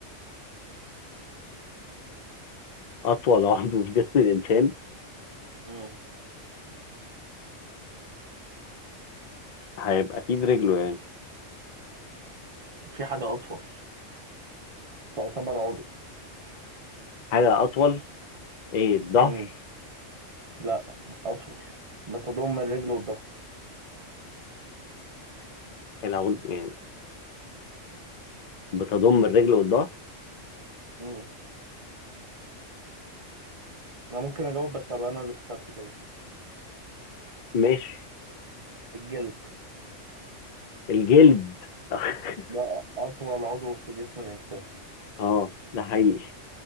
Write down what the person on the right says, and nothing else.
مم.
في حاجة أطول تعتبر عضو
مم. لا أطول بتضم الرجل والظهر
مم. أنا ممكن أجاوب بس أبقى أنا اللي كسبت كده
الجلد
ده أطول عضو في جسم الإنسان